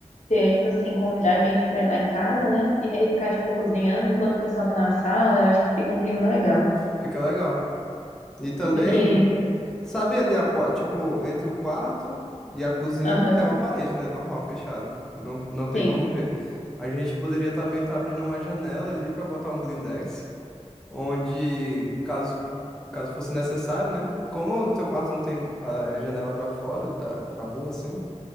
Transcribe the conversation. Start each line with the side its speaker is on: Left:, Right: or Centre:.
Left: ter, tipo assim, convidar a gente pra ir lá em casa, né? E aí ficar, tipo, cozinhando enquanto o pessoal tá na sala, eu acho que fica um clima legal.
Centre: Fica legal. E também,
Left: Do que fica.
Centre: sabe ali, a, po- tipo, entre o quarto e a cozinha
Left: Aham,
Centre: tem uma parede, né? Normal, fechada. Não, não tem
Left: sim.
Centre: como ver. A gente poderia também estar abrindo uma janela ali pra botar um blindex, onde, caso, caso fosse necessário, né? Como no teu quarto não tem a janela pra fora, da, pra rua, assim,